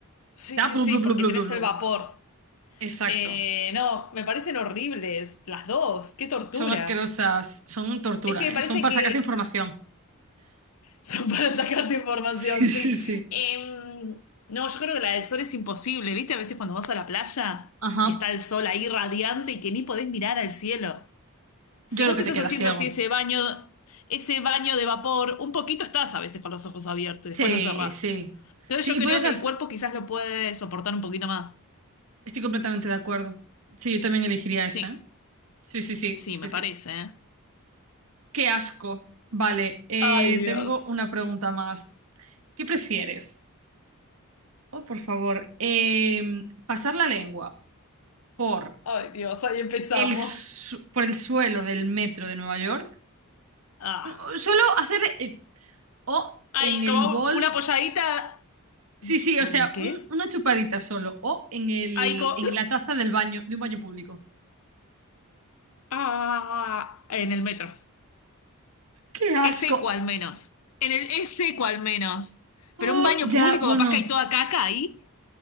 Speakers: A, on the left (about 80°); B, on the right (about 70°).
A: sí,
B: Está
A: sí,
B: blu,
A: sí,
B: blu,
A: porque
B: blu, blu,
A: tenés
B: blu, blu.
A: el vapor.
B: Exacto.
A: Eh, no, me parecen horribles las dos. Qué tortura.
B: Son asquerosas. Son tortura,
A: Es que me
B: ¿eh?
A: parece
B: Son para
A: que
B: sacarte información. <laughs>
A: son <laughs> para sacarte información,
B: Sí,
A: sí.
B: sí, sí.
A: Em, no, yo creo que la del sol es imposible. ¿Viste? A veces cuando vas a la playa,
B: Ajá.
A: que está el sol ahí radiante y que ni podés mirar al cielo. Si
B: Yo creo
A: vos
B: que
A: te
B: te
A: estás
B: quedas
A: haciendo
B: ciego.
A: así ese baño, ese baño de vapor, un poquito estás a veces con los ojos abiertos y
B: Sí,
A: después lo cerrás.
B: sí.
A: Entonces
B: Sí,
A: yo
B: y
A: creo
B: puedes
A: que
B: hacer...
A: el cuerpo quizás lo puede soportar un poquito más.
B: Estoy completamente de acuerdo. Sí, yo también elegiría
A: Sí,
B: esa, ¿eh? Sí, sí, sí,
A: sí,
B: sí,
A: me
B: sí.
A: parece, ¿eh?
B: Qué asco. Vale, eh,
A: Ay, Dios.
B: tengo una pregunta más. ¿Qué prefieres? Oh, por favor. Em, pasar la lengua por
A: Ay, Dios, ahí empezamos.
B: el, su- por el suelo del metro de Nueva York
A: Ah.
B: No, Solo hacer eh, o
A: Hay
B: en el
A: como
B: bol.
A: una polladita.
B: Sí, sí,
A: ¿O
B: o sea,
A: en el qué?
B: un- una chupadita solo. O en el,
A: Ahí como.
B: en la taza del baño, de un baño público.
A: Ah, en el metro.
B: ¡Qué asco!
A: Es seco al menos. En el, es seco al menos.
B: Oh,
A: Pero un baño
B: ya,
A: público,
B: bueno,
A: capaz que hay toda caca ahí.